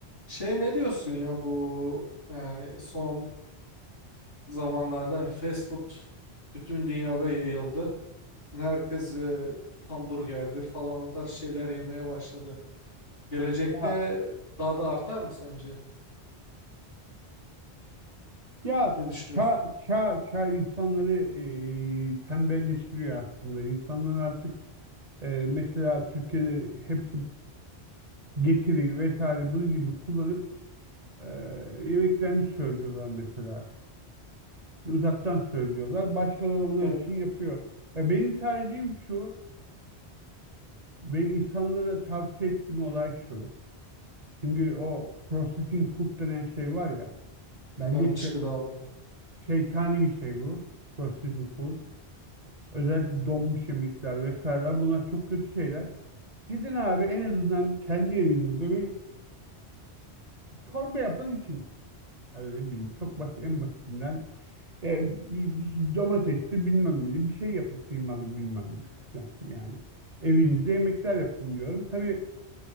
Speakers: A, on the left; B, on the right.
A: Şey ne diyorsun ya bu yani son zamanlarda hani fast food bütün dünyada yayıldı. Yani Herkes e, hamburgerdir falan o tarz şeyler yemeye başladı. Gelecekte
B: Ya,
A: daha da artar mı sence?
B: ya
A: Ne düşünüyorsun?
B: çağ, çağ, çağ insanları e, tembelleştiriyor aslında. İnsanlar artık e, mesela Türkiye'de hepsi getiri vesaire bunun gibi kullanıp e, yemeklerini söylüyorlar mesela. Uzaktan söylüyorlar. Başkaları onlar
A: Evet,
B: için yapıyor. Ya benim tercihim şu ve insanlara tavsiye ettiğim olay şu. Çünkü o processing food denen şey var ya.
A: işlenmiş
B: Bence şey
A: gıdalar.
B: şeytani bir şey bu. Processing food. Özellikle donmuş yemekler vesaireler bunlar çok kötü şeyler. Gidin abi en azından kendi evinizde bir çorba yapın için. Yani ne bileyim çok basit en basitinden e, bir- domatesli bilmem ne bir şey yapın kıymalı bilmem ne falan yani. Evinizde yemekler yapın diyorum. Tabii